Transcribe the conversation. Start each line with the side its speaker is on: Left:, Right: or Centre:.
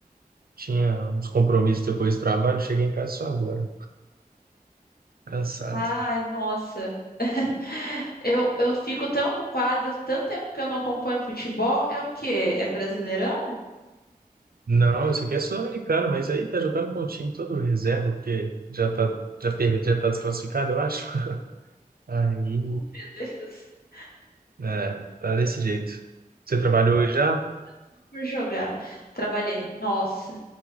Right: tinha uns compromissos depois do trabalho. Cheguei em casa só agora, cansado.
Left: Ai, nossa. <laughs> Eu, eu fico tão ocupada, tanto tempo que eu não acompanho futebol. É o quê? É Brasileirão?
Right: Não, isso aqui é sul-americano, mas aí tá jogando com o time todo reserva, porque já tá, já perde, já tá desclassificado, eu acho. <laughs> Aí,
Left: Meu Deus, <laughs>
Right: é, tá desse jeito. Você trabalhou hoje já?
Left: só por jogar. Trabalhei. Nossa,